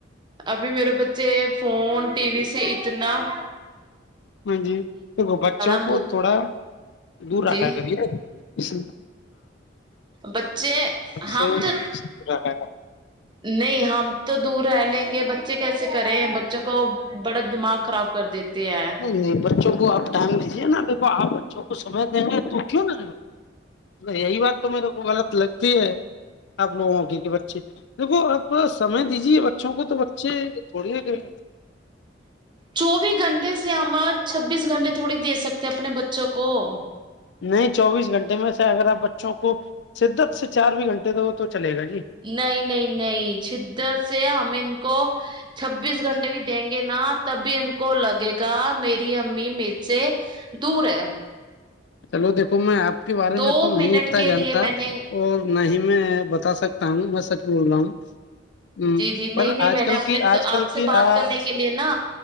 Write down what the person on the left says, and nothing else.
ہاں جی تو بچوں
کو تھوڑا دور رکھا
کریے اشو
سے ٹی
وی سے دور رکھا
نہیں نہیں بچوں کو آپ ڈٹانگ دیجیے نا ا آپ بچوں کو سمے دیں گے تو کیوں نہ اے یہی بات تو میریرے کو غلط لگتی ہے آپ لوگوں اگ کے بچے دیکو آپ تھوا سمے دیجیے بچوں کو تو بچے تھوڑی گئے
نہیں چوبیس گھنٹے میں سے اگر آپ بچوں کو شدت سے چار بھی گھنٹے دو تو چلے گا جی
چلو دیکھ کو میں آپ کے بارے
میں تو نہیں
اتنا
جانتا
اور نہ ہی میں بتا سکتا ہوں میں سچ بول رہا ہوں ہ
پر
آج
کل
کی آج کل
کی
ہاں